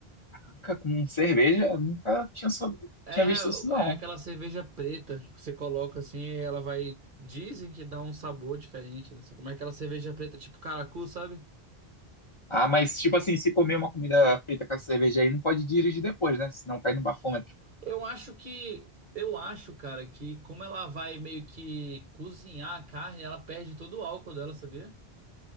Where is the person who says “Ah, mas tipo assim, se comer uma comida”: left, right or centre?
Left